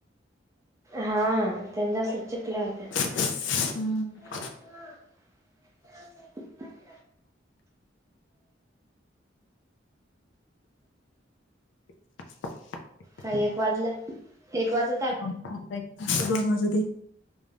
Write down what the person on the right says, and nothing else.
हा त्यांन जास्त चिकल्या होत्या.
<unintelligible> <unintelligible>
काय एक वाजला एक वाज